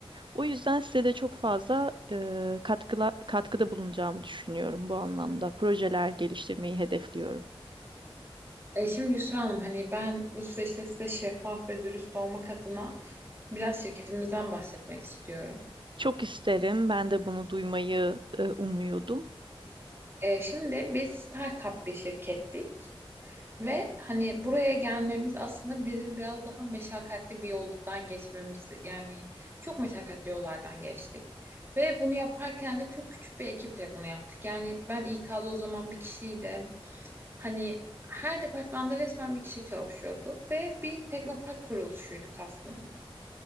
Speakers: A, on the right; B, on the right.
A: O yüzden size de çok fazla e, katkıla, katkıda bulunacağımı düşünüyorum bu anlamda. Projeler geliştirmeyi hedefliyorum.
B: Ee, şimdi Yusra Hanım, hani ben bu süreçte size şeffaf ve dürüst olmak adına biraz şirketimizden bahsetmek istiyorum.
A: Çok isterim. Ben de bunu duymayı e, umuyordum.
B: Ee, şimdi biz startup bir şirkettik. Ve hani buraya gelmemiz aslında bizim biraz daha meşakkatli bir yoldan geçmemiz yani çok meşakkatli yollardan geçtik. Ve bunu yaparken de çok küçük bir ekiple bunu yaptık. Yani ben İK'da o zaman bir kişiydim. Hani her departmanda resmen bir kişi çalışıyordu ve bir teknopark kuruluşuyduk aslında.